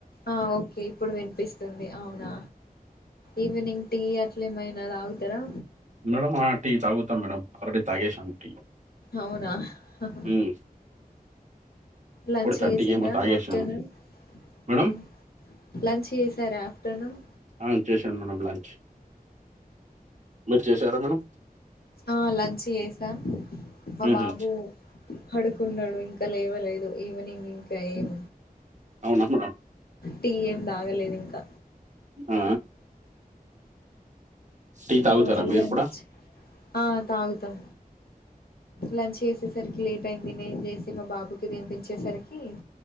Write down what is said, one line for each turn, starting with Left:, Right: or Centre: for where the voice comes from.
Left: ఆ ఓకే ఇప్పుడు వినిపిస్తుంది అవునా ఈవినింగ్ టీ అట్ లేమైనా దాగుతరా
Right: మేడమ్ ఆ టీ తాగుతా మేడమ్ ఆల్రెడి తాగేేశాన్ టీ
Left: అవునా హహ
Right: ఉమ్,
Left: లంచ్
Right: ఇప్పుడు థర్టీకి
Left: చేసిండ్ర
Right: ఏమో తాగేశాను
Left: ఆఫ్టర్నూన్
Right: మేడం
Left: అహ లంచ్ చేసార ఆఫ్టర్నూన్
Right: ఆ, చేశాను మేడం లంచ్ మీరు చేశారా మేడం
Left: ఆ లంచ్ చేసాం మా
Right: ఉహు,
Left: బాబు పడుకున్నడు ఇంకా లేవలేదు ఈవనింగ్ ఇంకా ఏం
Right: అవునుమ్మడ
Left: టీ ఏం తాగలేదు ఇంకా
Right: ఆ టీ తాగుతారా
Left: ఈ రోజు
Right: మీరు
Left: లంచ్
Right: కూడా
Left: ఆ తాగుతాం లంచ్ చేసేసరికి లేట్ అయింది నేను చేసి మా బాబుకి తినిపించేసరికి